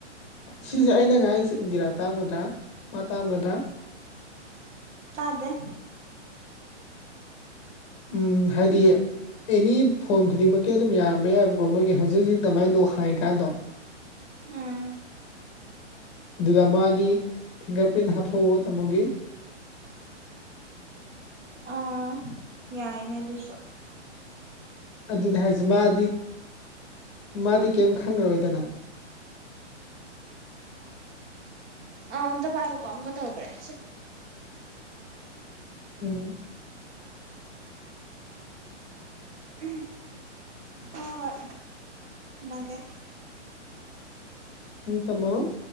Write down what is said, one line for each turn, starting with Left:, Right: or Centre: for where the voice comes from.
Left: ꯁꯤꯁꯦ ꯑꯩꯅ ꯑꯩꯁꯦ ꯏꯟꯗꯤꯔꯥ ꯇꯥꯝꯒꯗ꯭ꯔꯥ ꯃꯥ ꯇꯥꯝꯒꯗ꯭ꯔꯥ
Right: ꯑꯗꯦ
Left: ꯎꯝ ꯍꯥꯏꯗꯤ ꯑꯦꯅꯤ ꯐꯣꯟ ꯈꯨꯗꯤꯡꯃꯛꯀꯤ ꯑꯗꯨꯝ ꯌꯥꯔꯝꯕ ꯌꯥꯏꯕꯀꯣ ꯃꯣꯏꯒꯤ ꯍꯧꯖꯤꯛ ꯍꯧꯖꯤꯛ ꯑꯗꯨꯃꯥꯏꯅ ꯂꯣꯛ ꯍꯥꯡꯉꯀꯥꯟꯗꯣ
Right: ꯎꯝ
Left: ꯑꯗꯨꯗ ꯃꯥꯒꯤ ꯐꯤꯡꯒꯔ ꯄ ꯍꯥꯞꯣ ꯇꯃꯒꯤ ꯎ
Right: ꯑ ꯌꯥꯏꯅꯦ ꯑꯗꯨꯁꯨꯣ
Left: ꯑꯗꯨꯅꯤ ꯍꯥꯏꯁꯦ ꯃꯥꯗꯤ ꯃꯥꯗꯤ ꯀꯔꯤꯝ ꯈꯪꯉꯔꯣꯏꯗꯅ
Right: ꯑꯗ ꯄꯥꯏ ꯀꯒ ꯇꯧꯈ꯭ꯔꯦꯦ
Left: ꯎꯝ
Right: ꯎꯝ ꯍꯣꯏ ꯍꯣꯏ ꯃꯥꯒꯦ
Left: ꯇꯥꯃꯣ ꯎꯝ